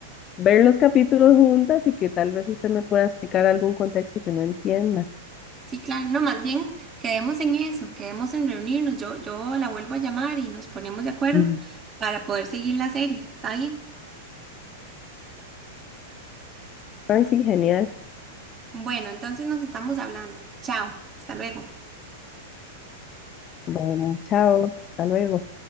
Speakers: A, on the left (about 30°); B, on the right (about 25°).
A: ver los capítulos juntas y que tal vez usted me pueda explicar algún contexto que no entienda.
B: Sí, claro, no, más bien quedemos en eso, quedemos en reunirnos, yo, yo la vuelvo a llamar y nos ponemos de acuerdo
A: Mm.
B: para poder seguir la serie, ¿está bien?
A: Ay, sí, genial.
B: Bueno, entonces nos estamos hablando. Chao, hasta luego.
A: Bueno, chao, hasta luego.